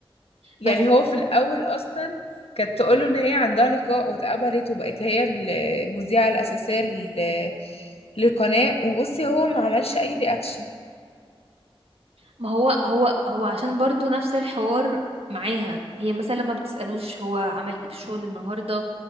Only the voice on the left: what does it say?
يعني
هو في الأول أصلا كانت تقوله إن هي عندها لقاء واتقبلت وبقت هي المذيعة الأساسية لل... للقناة وبصي هو ما عملش أي رياكشن